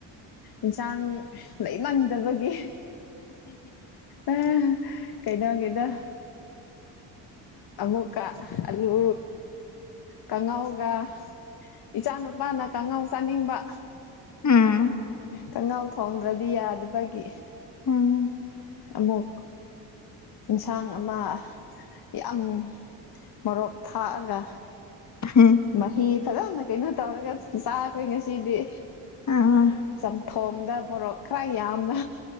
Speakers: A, on the left; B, on the left.
A: ꯏꯟꯁꯥꯡ ꯂꯩꯃꯟꯗꯕꯒꯤ ꯎꯝ ꯀꯩꯅꯣꯒꯤꯗ ꯑꯃꯨꯛꯀ ꯑꯂꯨ ꯀꯥꯡꯉꯥꯎꯒ ꯏꯆꯥ ꯅꯨꯨꯄꯥꯅ ꯀꯥꯡꯉꯥꯎ ꯆꯥꯅꯤꯡꯕ
B: ꯎꯝ
A: ꯀꯅꯥꯎ ꯊꯣꯡꯗ꯭ꯔꯗꯤ ꯌꯥꯗꯕꯒꯤ
B: ꯎꯝ
A: ꯑꯃꯃꯛ ꯌꯦꯟꯁꯥꯡ ꯑꯃ ꯌꯥꯝ ꯃꯔꯣꯛ ꯊꯥꯛꯑꯒ
B: ꯎꯝ
A: ꯃꯍꯤ ꯐꯖꯅ ꯀꯩꯅꯣ ꯇꯧꯔꯒ ꯆꯥꯈ꯭ꯔꯦ ꯉꯁꯤꯗꯤ
B: ꯑꯥ
A: ꯆꯊꯣꯡꯗ ꯃꯣꯔꯣꯛ ꯈꯔ ꯌꯥꯝꯅ